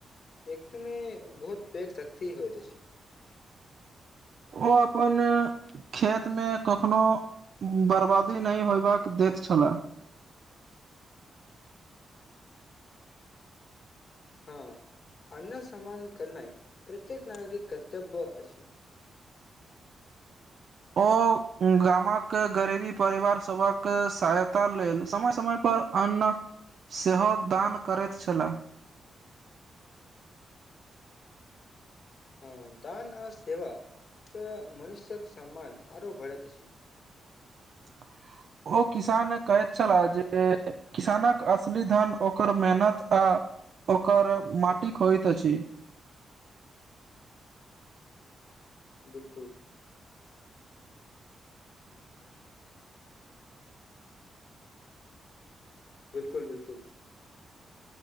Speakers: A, on the left (about 40°); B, on the right (about 50°).
A: एकदमे बहुत बेघ शक्त होइ त छी।
B: ओ अपन। खेत मे कखनो बर्बादी नहि होयबाक दैत छले।
A: हँ अन्न स्मान करनाइ प्रत्येक नागरिक कर्तव्य अछि। <inaudible>
B: ओ गामक गरीबी परिवार सभक सहायता लेल समय समय पर। अन्न सेहो दान करैत छललाह।
A: हँ दान आओ सेवा त मनुष्य्यक सम्मान आरो बढ़ैत अ।
B: आ। ओ किसान कहैत छललाह जे। किसानक असली धन ओकर मेहनत आ ओकर माटिक होइत अछि।
A: बिल्कुल। ब्कुल ब्कुल।